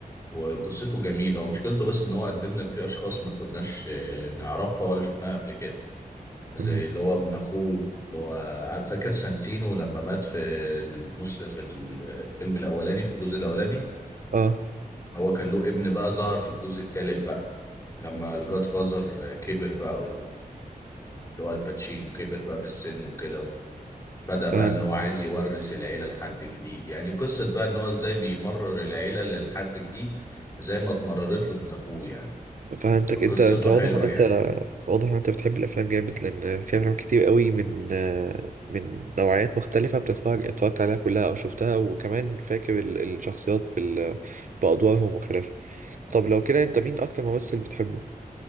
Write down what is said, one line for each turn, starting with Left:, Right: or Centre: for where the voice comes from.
Left: وقصته جميلة ومشكلته بس ان هو قدم لك فيه اشخاص ما كناش آه، نعرفها ولا شفناها قبل كده زي
Right: مهم.
Left: اللي هو ابن اخوه اللي هو عارف فاكر سانتينو لما مات في المس... في ال- الفيلم الاولاني في الجزء الاولاني
Right: اه
Left: هو كان له ابن بقى ظهر في الجزء التالت بقى لما الجاد فازر كبر بقى اللي هو الباتشينو كبر بقى في السن وكده بدأ بقى
Right: فهمت
Left: ان هو عايز يورث العيلة لحد جديد يعني قصة بقى ان هو ازاي بيمرر العيلة لحد جديد زي ما اتمررت له من ابوه يعني
Right: فهمتك
Left: فقصته
Right: انت انت واضح
Left: حلوة
Right: ان انت
Left: يعني
Right: واضح ان انت بتحب الافلام جامد لان في افلام كتير قوي من آه، من نوعيات مختلفه بتتفرج اتفرجت عليها كلها او شفتها وكمان فاكر ال- الشخصيات بال... بادوارهم وخلافه طب لو كده انت مين اكتر ممثل بتحبه